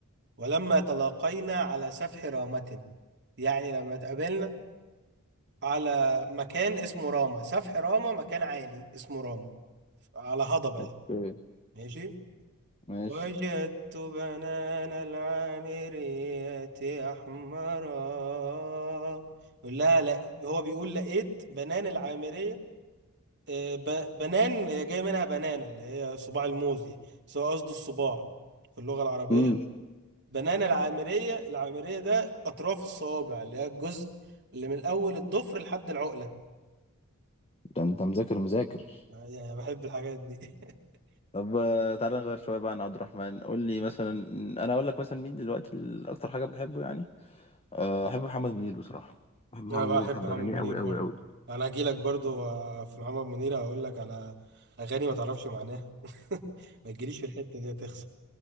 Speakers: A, on the right (about 50°); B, on the left (about 25°).
A: ولما تلاقينا على سفح رامة يعني لما اتقابلنا على مكان اسمه راما سفح راما مكان عالي اسمه راما على هضبة
B: اوكي
A: يعني ماشي
B: ماشي
A: وجدت بنان العامرية أحمرا يقول لها لا هو بيقول لقيت بنان العامرية آه، ب- بنان هي جاي منها بنانة اللي هي صباع الموز يعني بس هو قصده الصباع في اللغة العربية
B: امم
A: بنان العامرية العامرية ده أطراف الصوابع اللي هي الجزء اللي من أول الضفر لحد العقلة
B: ده انت مذاكر مذاكر
A: يعني بحب الحاجات دي <laughs>
B: طب آه، تعالى نغير شويه بقى عن عبد الرحمن قول لي مثلا انا اقول لك مثلا مين دلوقتي ال- اكتر حاجه بحبه يعني أه، بحب محمد منير بصراحة بحب محمد
A: انا
B: منير
A: بحب
B: وبحب
A: محمد
B: أغانيه
A: منير
B: أوي
A: برضو
B: أوي أوي
A: انا هجي لك برضو آه، في محمد منير هقول لك على اغاني ما تعرفش معناها <laughs> ما تجيليش في الحته دي هتخسر